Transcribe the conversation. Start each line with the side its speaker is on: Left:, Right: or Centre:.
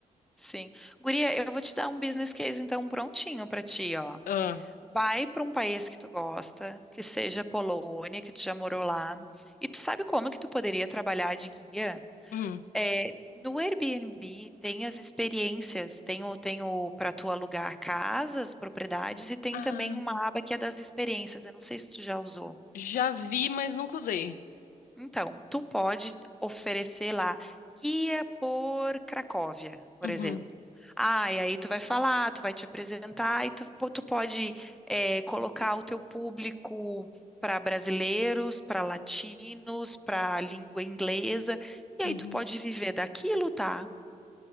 Centre: Sim. Guria, eu vou te dar um business case então prontinho pra ti, ó.
Left: Ah,
Centre: Vai para um país que tu gosta, que seja Polônia, que tu já morou lá. E tu sabe como que tu poderia trabalhar de guia?
Left: hum.
Centre: É, no Airbnb tem as experiências, tem o, tem o para tu alugar casas, propriedades e tem
Left: Ah,
Centre: também uma aba que é das experiências. Eu não sei se tu já usou.
Left: já vi, mas nunca usei.
Centre: Então, tu pode oferecer lá guia por Cracóvia, por
Left: Uhum,
Centre: exemplo. Ah, e aí tu vai falar, tu vai te apresentar e tu, po- tu pode eh, colocar o teu público para brasileiros, para latinos, para língua inglesa, e aí
Left: uhum.
Centre: tu pode viver daquilo, tá?